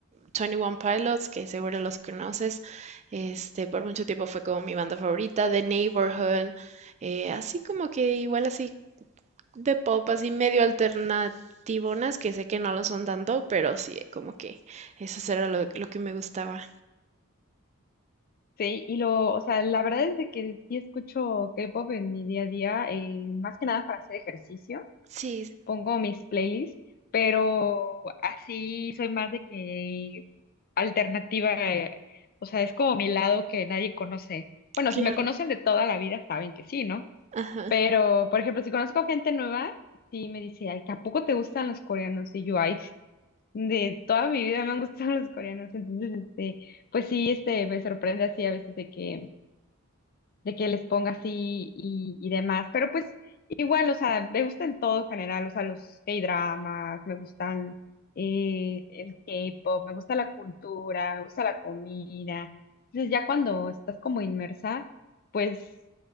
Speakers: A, on the right; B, on the left.
A: Twenty One Pilots, que seguro los conoces. Este, por mucho tiempo fue como mi banda favorita, The Neighborhood, eh, así como que igual así de pop, así medio alternativonas, que sé que no lo son tanto, pero sí, como que eso era lo, lo que me gustaba.
B: Sí, y lo, o sea, la verdad es de que sí escucho K-pop en mi día a día, eh, más que nada para hacer ejercicio.
A: Sí,
B: pongo mis playlists, pero así soy más de que alternativa, eh, o sea, es como mi lado que nadie conoce. Bueno,
A: claro.
B: si me conocen de toda la vida, saben que sí, ¿no?
A: Ajá.
B: Pero, por ejemplo, si conozco gente nueva, sí me dice, ay, ¿tampoco te gustan los coreanos? Y yo, ay, de toda mi vida me han gustado <laughs> los coreanos. Entonces, este, pues sí, este, me sorprende así a veces de que de que les ponga así y, y demás. Pero pues igual, o sea, me gusta en todo en general, o sea, los K-dramas, me gustan eh, el K-pop, me gusta la cultura, me gusta la comida. Entonces ya cuando estás como inmersa, pues